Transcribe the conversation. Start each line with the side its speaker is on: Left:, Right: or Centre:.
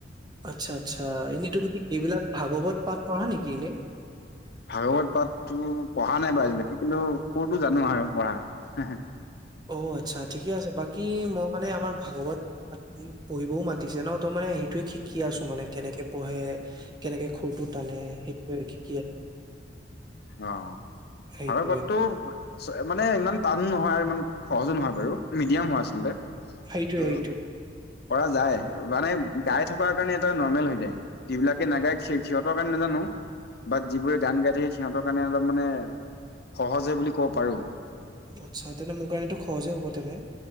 Right: আচ্ছা আচ্ছা এনে তুমি সেইবিলাক ভাগৱত পাঠ পঢ়া নেকি এনেই।
Left: ভাগৱত পাঠতো পঢ়া নাই বা আজিলৈকে কিন্তু সুৰতটো জানো আৰু পঢ়া।
Right: অ আচ্ছা ঠিকে আছে বাকী মই মানে আমাৰ ভাগৱত, পঢ়িবও মাতিছে ন ত মানে সেইটো। সেইটোৱে শিকি আছো মানে কেনেকে পঢ়ে কেনেকে খুৰটো <unintelligible> টানে সেইটোৱে শিকি আছো।
Left: অ,
Right: সেইটোৱে,
Left: ভাৰতবৰ্ষতো <unintelligible> মানে ইমান টান নহয় আৰু ইমান। সহজো নহয় বাৰু মিডিয়াম হয় আচলতে, ত
Right: সেইটোৱে সেইটোৱে।
Left: পৰা যায় মানে। গাই থকাৰ কাৰণে এটা নৰৰ্মেল হৈ যায়, যিবিলাকে নাগায় সিহঁতৰ কাৰণে নাজানো। বাট যিবোৰে গান গাই থে <unintelligible> সিহঁতৰ কাৰণে অলপ মানে, সহজ হয় বুলি ক'ব পাৰো।
Right: আচ্ছা তেনে মোৰ কাৰণেতো সহজে হ'ব তেনে।